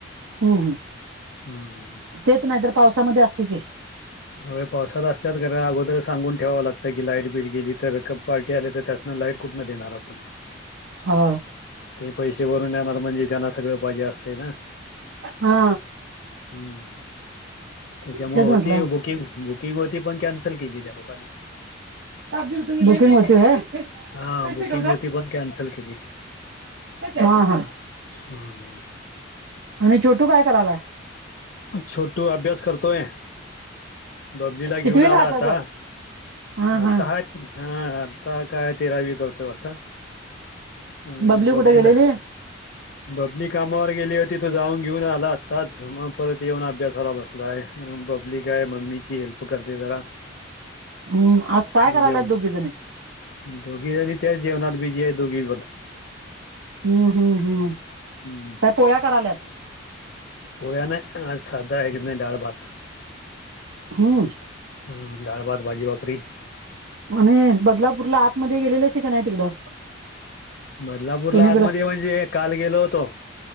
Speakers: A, on the right; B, on the left.
A: हम्म हम्
B: हम्म
A: तेच नाही तर पावसामध्ये असते की
B: ह पावसात असतात कारण अगोदर सांगून ठेवावं लागतं की लाईट बीट गेली तर पार्टी आली तर त्या लाईट कुठून देणार आपण
A: हा
B: ते पैसे भरून येणार म्हणजे त्यांना सगळं पाहिजे असते ना
A: हा
B: हम्म त्याच्यामुळे
A: तेच
B: होती
A: म्हंटलं
B: बुकिंग बुकिंग होती पण कॅन्सल केली त्या लोकांनी
A: कसे
B: हा बुकिंग
A: क?
B: होती पण कॅन्सल केली
A: हा हा
B: हम्म
A: आणि ोटू काय करायला
B: छोटू अभ्यास करतोय. बबलीला
A: कितवीला
B: घेऊन आला आता
A: तो हा हा
B: आता ह. हा अर्ता काय तेरावी करतोय अडता आणि
A: बबली
B: बबलीला.
A: कुठे गेलेली
B: बबनी कामावर गेली होती तो जाऊन घेऊन आला आताच मग परत येऊन अभ्यासाला बसला. पब्लिक आहे मम्मीची हेल्प करते जरा.
A: हम्म आज काय करायलाय
B: जेवण
A: दोघे जणी.
B: दोघी आणि त्याच जेवणात बी जी आहे दोघी पण
A: हम्म हम्म हम्
B: हम्
A: त्या पोळ्या कराल्यात.
B: होया ना आज सादा एक दि रड बात.
A: हम्म
B: हम्म डाळ, भात, भाजी, सागरी
A: आणि बदलापूरला आतमध्ये गेलेलेच काी नाही तिकडं
B: बदलापूरला
A: सुनीकडं
B: आतमध्येध्ये म्हणजे काल गेलो होतो.